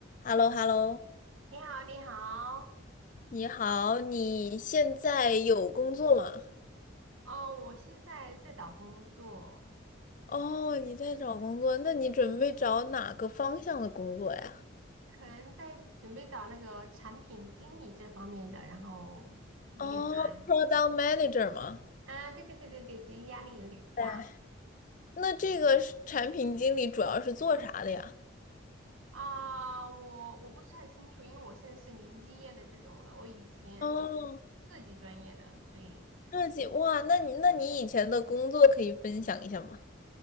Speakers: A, on the left; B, on the right.
A: h e l l o h e l l o
B: 你好，你好，
A: 你好，你现在有工作吗？
B: 哦，我现在在找工作，
A: 哦，你在找工作，那你准备找哪个方向的工作呀？
B: 可能在准备找那个产品经理这方面的，然后有点难。
A: 哦，Product Manager 吗？
B: 啊，对对对对对，职业压力有点大
A: 对。那这个是产品经理主要是做啥的呀？
B: 啊。我我不是很清楚，因为我现在是零经验的这种的，我以前做
A: 哦，
B: 设计专业的，所以。
A: 设计，哇，那你那你以前的工作可以分享一下吗？